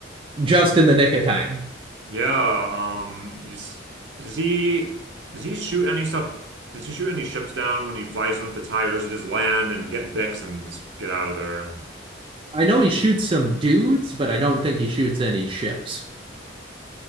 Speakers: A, on the right (about 25°); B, on the right (about 70°).
A: just in the nick of time.
B: Yeah, um, he's does he does he shoot any stuff? Does he shoot any ships down when he flies in with the tide, or does he just land and get Bix and just get out of there?
A: I know he shoots some dudes, but I don't think he shoots any ships.